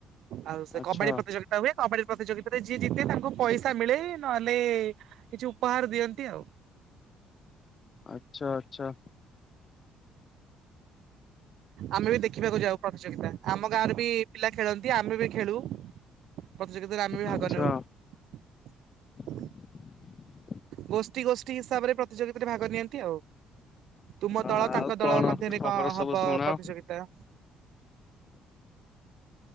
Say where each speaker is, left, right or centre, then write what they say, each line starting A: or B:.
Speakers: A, on the right; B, on the left.
A: ଆଉ ସେ
B: ଆଚ୍ଛା
A: କବାଡ଼ି ପ୍ରତିଯୋଗିତା ହୁଏ କବାଡ଼ି ପ୍ରତିଯୋଗିତାରେ ଯିଏ ଜିତେ ତାଙ୍କୁ ପଇସା ମିଳେ ନହେଲେ କିଛି ଉପହାର ଦିଅନ୍ତି ଆଉ।
B: ଆଚ୍ଛା ଆଚ୍ଛା।
A: ଆମେବି ଦେଖିବାକୁ ଯାଉ ପ୍ରତିଯୋଗିତା ଆମ ଗାଁରେବି ପିଲା ଖେଳନ୍ତି ଆମେବି ଖେଳୁ ପ୍ରତିଯୋଗିତାରେ ଆମେବି
B: ଆଚ୍ଛା
A: ଭାଗ ନଉ
B: <inaudible>
A: ଗୋଷ୍ଠୀ ଗୋଷ୍ଠୀ ହିସାବରେ ପ୍ରତିଯୋଗିତାରେ ଭାଗ ନିଅନ୍ତି ଆଉ। ତୁମ
B: ଆଉ
A: ଦଳ ତାଙ୍କ ଦଳ
B: କଣ
A: ମଧ୍ୟରେ
B: ଖବର
A: କଣ
B: ସବୁ
A: ହବ
B: ଶୁଣାଅ?
A: ପ୍ରତିଯୋଗିତା